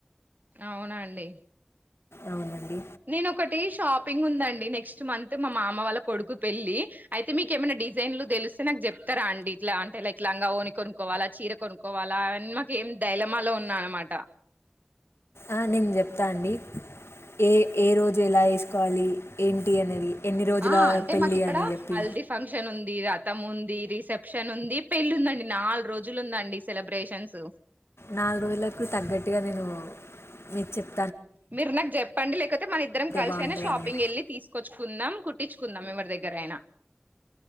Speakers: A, on the right (about 40°); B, on the left (about 65°).
A: అవునండి,
B: అవునండి
A: నేను ఒకటి షాపింగ్ ఉందండి నెక్స్ట్ మంత్ మా మామ వాళ్ళ కొడుకు పెళ్ళి అయితే మీకే ఏమైనా, డిజైన్లు తెలిస్తే నాకు చెప్తారా అండి ఇట్లా అంటే లైక్ లంగా వోని కొనుక్కవాలా చీర కొనుక్కవాలా ల మా ఏం దైలమాలో ఉన్నా అనమాట
B: ఆ నేను చెప్తా అండి, ఏ ఏ రోజు ఎలా వేసుకోవాలి ఏంటి అనేది, ఎన్ని రోజుల
A: ఆ అంటే
B: పెళ్ళి
A: మాకి ఇక్కడ
B: అని చెప్పి
A: హల్ది ఫంక్షన్ ఉంది. ఈరథం ఉంది, రిసెప్షన్ ఉంది, పెళ్లి ఉందండి నాలుగు రోజులు ఉందాండి సెలబ్రేషన్స్,
B: నాలుగు రోజులకు తగ్గట్టుగా నేను మీకు చెప్తను
A: మీరు నాకు చెప్పండి లేకపోతే మన ఇద్దరం కలిసి
B: బాగుంటుందని
A: అయినా షాపింగ్ వెళ్ళి తీసుకొచ్చుకుందాం కుట్టించు, కుందాం ఎవరి దగ్గరైనా